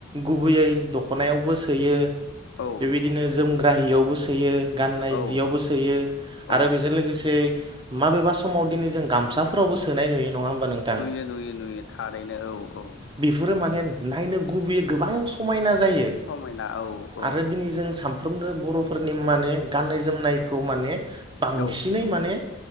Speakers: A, on the right; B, on the left.
A: गुबैयै दख'नायावबो सोयो। बेबायदिनो
B: औ
A: जोमग्रा हियावबो सोयो गाननाय
B: औ
A: जियावबो सो सोयो
B: औ
A: आरो बेजों लोगोसे माबेबा समाव दिनै जों गामसाफोरावबो सोनाय नुयो नङा होमबा नों
B: नुयो नुयो नुयो थारैनो औ औ।
A: बेफोरो माने नायनो गुबैयै गोबां समायना जायो।
B: समायना औ औ
A: आरो दिनै जों साम सानफ्रामनो बर'फोरनि माने गाननाय जोमनायखौ माने बांसिनै
B: औ
A: माने